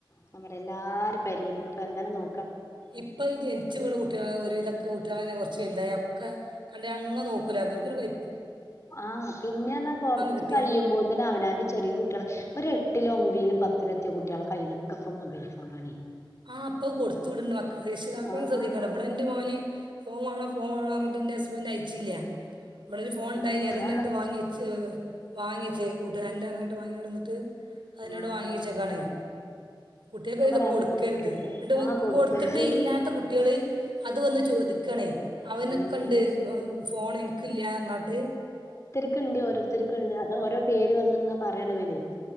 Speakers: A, on the left; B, on the right.
A: ഞാൻ പറയ എല്ലാരെ പെരീലും ഇപ്പ എങ്ങനെ നോ
B: ഇപ്പൊ ഈ ജനിച്ച് വീണ കുട്ടികളെ ഒരുവിധ കൂട്ട്യാളെന്നെ കൊർച്ച് വല്തായ ഒക്കെ കണ്ടയ് അങ്ങ നോക്കൂല്ല ഇവൽക്കൊരു കൊയ്
A: ആഹ് പിന്നെ ർഞാ കൊറച്ച്
B: കിട്ടിയാൽ
A: കഴിയുമ്പോത്തിന് അവനാന്റെ ചെറിയ കുട്ടിയളെ ഒരെ ട്ടിലും, ഒമ്പിലും, പത്തിലും എത്തിയ കുട്ടിയളെ കയ്യിലൊക്കെപ്പം മൊബൈൽ ഫോണാണേ.
B: ആഹ് അപ്പത് കൊടുത്തു വിട്ണ്ട് മക്കള് രക്ഷിതാക്കള്
A: ആഹ്
B: ത് ശ്രദ്ധിക്കണ്ടെ ഇവടെ ഇൻ്റെ മോന് ഫോൺ വാണോ ഫോൺ വാണോ പറഞ്ഞിട്ട് ഇൻ്റെ ഹസ്ബൻഡ് അയ്ച്ചില്ല. ഇബടൊര് ഫോൺ ഉണ്ടായി
A: ആഹ്
B: ഇനി അത്
A: ഞാൻ
B: ന്നട്ട്
A: പറ
B: വാങ്ങി വെച്ച് വാങ്ങിയച് കൂട്ടുകാരൻ്റാ പറഞ്ഞാട്ട് വാങ്ങിയൊണ്ടന്നിട്ട് അതിനോട്
A: ആഹ്
B: വാങ്ങി വച്ചക്കാണ്. കുട്ടിയേക്കൊര്
A: ഞാൻ
B: വിധം
A: പറയാ അങ്ങനെ
B: കൊട്
A: കൊടുക്കരുത്
B: തേ <unintelligible>
A: ആഹ് കൊടുക്കരുത്
B: കൊടുത്തിട്ട് ഇല്ലാത്ത കുട്ടിക ങ്ങള്അത് വന്ന് ചോദിക്കണേ അവനൊക്കെണ്ട്
A: ഉം
B: ഫോൺ എനി ക്കില്ലാന്നറിഞ്ഞിട്ട്
A: ‌ക്കിണ്ട് ഓരോരുത്തർക്കെണ്ട് അത് ഓരോ പേര് വന്നങ്ങ പറയാണ വെലേ